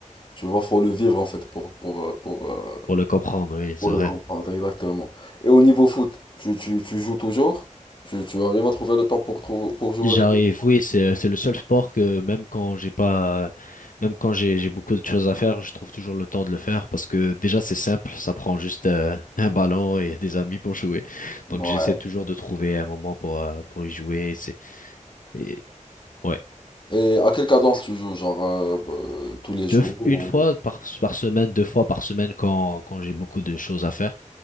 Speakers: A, on the left; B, on the left.
A: Tu vois, faut le vivre en fait pour pour euh, pour euh,
B: pour le comprendre, oui, c'est
A: pour le
B: vrai.
A: comprendre exactement. Et au niveau foot, tu, tu, tu joues toujours? Tu, tu arrives à trouver le temps pour trou- pour jouer
B: J'arrive,
A: régulièrement?
B: oui, c'est c'est le seul sport que même quand j'ai pas, même quand j'ai j'ai beaucoup de choses à faire, je trouve toujours le temps de le faire parce que déjà c'est simple, ça prend juste euh, un ballon et des amis pour jouer.
A: Ouais.
B: Donc j'essaie toujours de trouver un moment pour euh, pour y jouer. C'est et, ouais,
A: Et à quelle cadence tu joues? Genre euh, bah, tous les jours?
B: deux,
A: ou-
B: une fois par par semaine, deux fois par semaine quand quand j'ai beaucoup de choses à faire